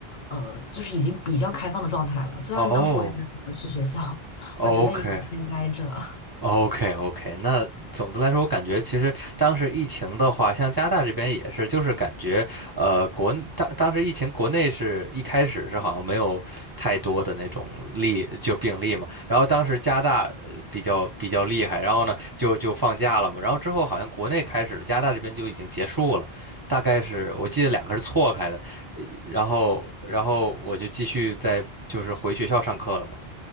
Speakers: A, on the left; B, on the right.
A: 呃，就是已经比较开放的状态了。虽然当时我也没有怎么去学校，
B: 哦
A: <laughs>
B: ，OK，
A: 我只在英国这边待着。
B: OK OK，那总的来说，我感觉其实当时疫情的话，像加拿大这边也是，就是感觉呃，国当当时疫情国内是一开始是好像没有太多的那种例，就病例嘛，然后当时加拿大呃比较比较厉害，然后呢就就放假了嘛，然后之后好像国内开始了，加拿大这边就已经结束了，大概是我记得两个是错开的，呃然后然后我就继续在就是回学校上课了嘛。